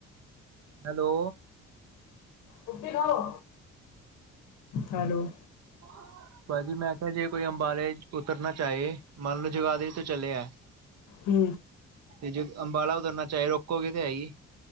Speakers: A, on the right; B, on the left.
A: ਹੈਲੋ।
B: ਰੋਟੀ ਖਾਓ, ਹੈਲੋ।
A: <inaudible> ਭਾਜੀ ਮੈਂ ਕਿਹਾ ਜੇ ਕੋਈ ਅੰਬਾਲੇ ਉਤਰਨਾ ਚ ਚਾਹੇ, ਮੰਨ ਲਓ ਜਗਾਦਰੀ ਤੋਂ ਚੱਲਿਆ ਹੈ।
B: ਹੂ
A: ਤੇ ਜੇ ਅੰਬਾਲੇ ਉਤਰਨਾ ਚਾਹੇ, ਰੋਕੋਗੇ ਤੇ ਹੈ ਈ।